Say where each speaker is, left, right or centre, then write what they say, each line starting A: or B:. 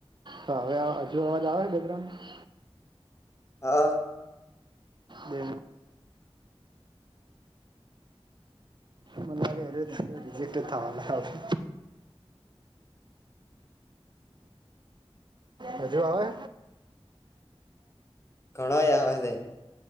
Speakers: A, on the right; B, on the left.
A: તો હવે હજુ અવાજ આવે બેકગ્રાઉન્ડ?
B: હા.
A: દે. મ નાગડીઓ દાજો રિજેક્ટ થાયવાલા. હજુ આવે.
B: ઘણોય આવે છે